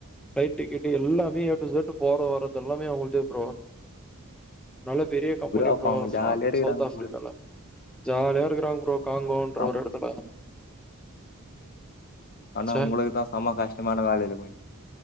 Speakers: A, in the centre; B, on the left (about 45°).
A: நைட் டிக்கெட் எல்லாமே எ டூ இசட் போற வரறது எல்லாமே அவுங்கள்தே ப்ரோ நல்ல பெரிய கம்பெனி
B: அப்ப
A: ப்ரோ
B: அவங்க
A: ச,
B: ஜாலியா இருக்கிறாங்க
A: சவுத் ஆஃப்ரிக்கால
B: போல
A: ஜாலியா இருக்றாங்க ப்ரோ காங்கோன்ற
B: ஆமா
A: ஒரு எடத்துல
B: ஆனா
A: ச்சே!
B: உங்களுக்குதா செம்ம கஷ்டமான வேலயிருக்கு